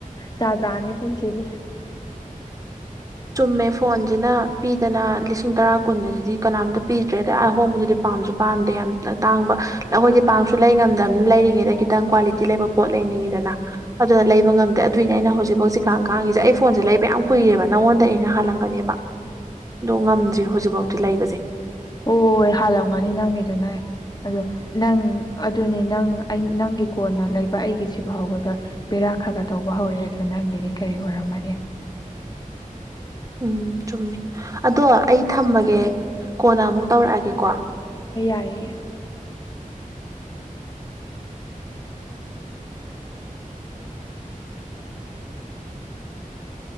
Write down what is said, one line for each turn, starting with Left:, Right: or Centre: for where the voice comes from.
Left: ꯖꯥꯠ ꯖꯥꯠꯅꯤ ꯄꯨꯟꯁꯤꯁꯦ
Right: ꯆꯨꯝꯃꯦ ꯐꯣꯟꯁꯤꯅ ꯄꯤꯗꯅ ꯂꯤꯁꯤꯡ ꯇꯔꯥ ꯀꯨꯟ ꯑꯁꯤꯗꯤ ꯀꯅꯥꯝꯇ ꯄꯤꯗ꯭ꯔꯦ ꯑꯗ ꯑꯍꯣꯡꯕꯗꯨꯗꯤ ꯄꯥꯝꯁꯨ ꯄꯥꯝꯗꯦ ꯌꯥꯝ ꯇꯥꯡꯕ ꯑꯩꯈꯣꯏꯗꯤ ꯄꯥꯛꯁꯨ ꯂꯩ ꯉꯝꯗꯝꯅꯤꯅ ꯂꯩꯔꯤꯉꯩꯗ ꯈꯤꯇꯪ ꯀ꯭ꯋꯥꯂꯤꯇꯤ ꯂꯩꯕ ꯄꯣꯠ ꯂꯩꯅꯤꯡꯉꯤꯗꯅ ꯑꯗꯨꯅ ꯂꯩꯕ ꯉꯝꯗꯦ ꯑꯗꯨꯏꯅꯦ ꯑꯩꯅ ꯍꯧꯖꯤꯛꯐꯥꯎ ꯁꯤꯈꯥꯡ ꯈꯥꯡꯉꯤꯁꯦ ꯑꯩ ꯐꯣꯟ ꯁꯤ ꯂꯩꯕ ꯌꯥꯝ ꯀꯨꯏꯔꯦꯕ ꯅꯪꯉꯣꯟꯗ ꯑꯩꯅ ꯍꯥꯜꯂꯝꯒꯅꯦꯕ ꯑꯗꯣ ꯉꯝꯗ꯭ꯔꯤ ꯍꯧꯖꯤꯛꯐꯥꯎꯗꯤ ꯂꯩꯕꯁꯦ
Left: ꯍꯣꯢ ꯍꯥꯜꯂꯝꯒꯅꯤ ꯅꯪꯒꯤꯗꯨꯅ ꯑꯗꯣ ꯅꯪ ꯑꯗꯨꯅꯦ ꯅꯪ ꯅꯪꯒꯤ ꯀꯣꯟꯅ ꯂꯩꯕ ꯑꯩꯒꯤꯁꯤ ꯐꯥꯎꯕꯗ ꯕꯦꯔꯥ ꯈꯔ ꯈꯔ ꯇꯧꯕ ꯍꯧꯔꯛꯑꯦ ꯑꯗꯨ ꯅꯪꯒꯤꯗꯤ ꯀꯔꯤ ꯑꯣꯏꯔꯝꯃꯅꯤ
Right: ꯎꯝ ꯆꯨꯝꯃꯤ ꯑꯗꯣ ꯑꯩ ꯊꯝꯃꯒꯦ ꯀꯣꯟꯅ ꯑꯃꯨꯛ ꯇꯧꯔꯛꯑꯒꯦꯀꯣ
Left: ꯌꯥꯢꯌꯦ <inaudible>